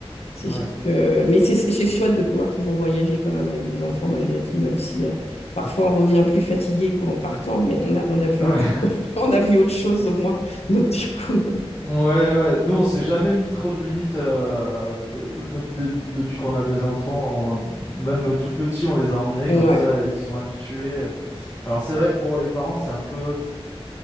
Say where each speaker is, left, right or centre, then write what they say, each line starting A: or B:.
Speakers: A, on the left; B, on the left.
A: c'est
B: Ouais.
A: sûr que... Mais c'est c'est chouette de pouvoir toujours voyager quand même avec les enfants, malgré tout, même si euh, parfois on revient plus fatigué qu'en partant, mais on a, on a vu
B: Ouais.
A: autre...
B: <laughs>
A: <laughs> on a vu autre chose au moins. Donc, du coup,
B: Ouais, ouais. Nous, on s'est jamais mis trop de limites euh, de- de- depuis qu'on a des enfants. on- même tout petits, on les a emmenés
A: <laughs>
B: comme
A: ouais.
B: ça, ils se sont habitués. Alors, c'est vrai que pour les parents, c'est un peu.